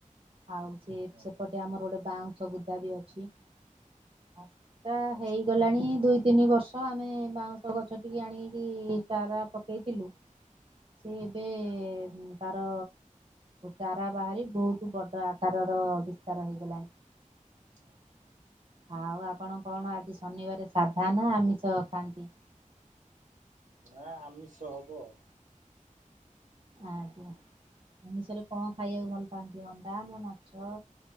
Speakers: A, on the right; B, on the right.
A: ଆଉ ସେ
B: ଆଜ୍ଞା
A: ସେପଟେ ଆମର ଗୋଟେ ବାଉ ଗଛବୁଦା ବି ଅଛି ଆ ପୁରା
B: ଆଚ୍ଛା।
A: ହେଇଗଲାଣି ଦୁଇ ତିନି ବର୍ଷ ଆମେ ବାଉଁଶ ଗଛ ଟିକେ ଆଣିକି ଚାରା ପକେଇଥିଲୁ ସେ ଏବେ
B: ଆଜ୍ଞା।
A: ତାର ଚାରା ବାହାରି ବହୁତ ବଡ଼ ଆକାରର ବିସ୍ତାର ହୋଇଇଗଲାଣି
B: ଆଚ୍ଛା
A: ଆଉ ଆପଣ କଣ ଆଜି ଶନିବାରେ ସାଧା ନା ଆମିଷ ଖାନ୍ତି
B: ନା ଆମିଷ ହବ ଆଉ
A: ଆଜ୍ଞା ଅମିଷରେ କଣ ଖାଇବାକୁ ଭଲ ପାଆନ୍ତି ଅଣ୍ଡା ନା ମାଛ